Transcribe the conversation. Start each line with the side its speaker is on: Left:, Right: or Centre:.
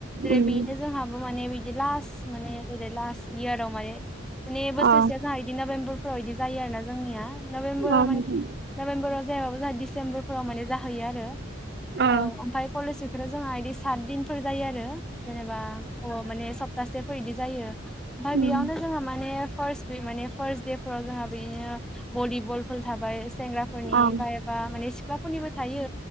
Centre: जेरै
Right: उम
Centre: बेनो जोंहाबो माने बिदि लास्ट माने ओरै लास्ट इयाराव माने, माने बोसोरसेया
Right: अ
Centre: जोंहा इदि नभेम्बरफोराव इदि जायो आरोना जोंनिया नभेम्बराव
Right: अ
Centre: माने
Right: नोंथां
Centre: नभेम्बराव जायाबाबो जोंहा डिसेम्बरफोराव माने जाहैयो आरो।
Right: अ
Centre: औ ओमफाय कलेज उइकफोराव जोंहा इदि सात दिनफोर जायो आरो। जेनेबा अ' माने सप्तासेफोर इदि जायो ओमफाय
Right: उम
Centre: बेयावनो जोहा माने फार्स्ट माने फार्स्ट दे फोराव जोंहा बिदिनो भलिबलफोर थाबाय। सेंग्राफोरनि
Right: अ
Centre: बा एबा माने सिख्लाफोरनिबो थायो